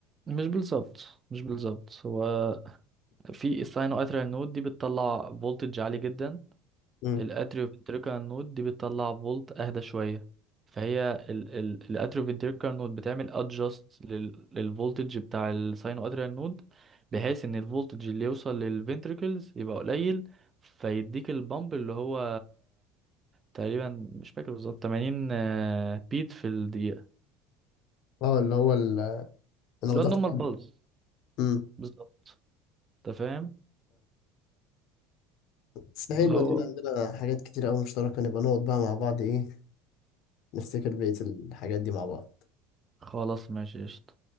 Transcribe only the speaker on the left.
امم
اه اللي هو ال- انا
بضغط
امم
بس حلوة
دي عندنا حاجات كتير أوي مشتركة نبقى نقعد بقى مع بعض إيه نفتكر بقية الحاجات دي مع بعض